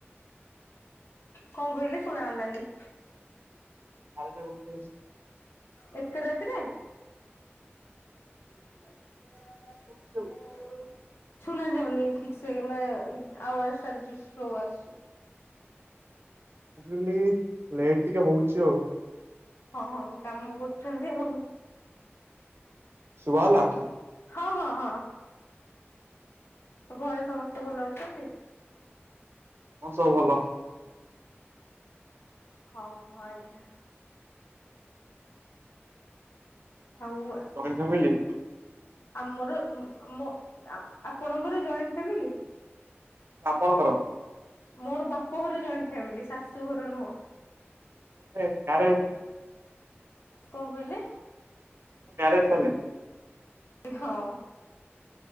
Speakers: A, on the left; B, on the right.
A: କଣ କହିଲେ ଶୁଣା ଗଲାନି?
B: ବାରଟା ଗୋଟେ।
A: ଏତ ରାତିରେ? <inaudible>
B: ଆଉ। ମୁଁ
A: ଶୁନାଯାଉନି ଠିକ୍ ସେ ମାନେ ଆୱଜ୍ ଟା ସ୍ଲୋ ଆସୁଛି।
B: କହିଲି ଲେଟ୍ ଟିକେ ହଉଛି ଆଉ।
A: ହଁ ହଁ କାମ କରୁଛନ୍ତି ଆଉ।
B: ଶୁଭା ଗଲା?
A: ହଁ ହଁ ହଁ ଘରେ ସମସ୍ତେ ଭଲ ଅଛନ୍ତି
B: ହଁ ସବୁ ଭଲ।
A: ହଁ ଆଜ୍ଞା।
B: ଆପଣଙ୍କର
A: ଆଉ
B: କଣ ଜଏଣ୍ଟ ଫ୍ୟାମିଲି
A: ଆମର ମୋ ଆପଣଙ୍କର ଜଏଣ୍ଟ ଫ୍ୟାମିଲି?
B: ଆପଣଙ୍କର?
A: ମୋର ବାପ ଘର ଜଏଣ୍ଟ ଫ୍ୟାମିଲି ଶାଶୁ ଘର ନୁହଁ।
B: <unintelligible>
A: କଣ କହିଲେ?
B: ମେରେଜ କଲେ?
A: ହଁ